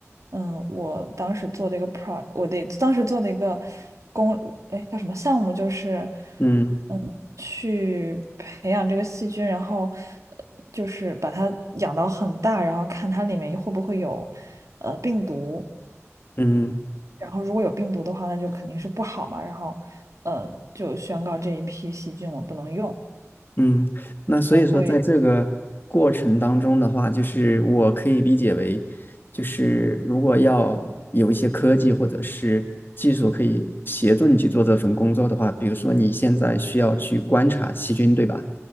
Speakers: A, on the right; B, on the left.
A: 嗯，我当时做的一个 pro，我的当时做的一个工，哎叫什么项目就是。
B: 嗯
A: 嗯，去培养这个细菌，然后呃就是把它养到很大，然后看它里面会不会有呃病毒，
B: 嗯
A: 然后如果有病毒的话，那就肯定是不好嘛，然后嗯，就宣告这一批细菌我不能用，
B: 嗯。那所以说，
A: 我会
B: 在这个过程当中的话，就是我可以理解为，就是如果要有一些科技或者是技术可以协助你去做这份工作的话，比如说你现在需要去观察细菌，对吧？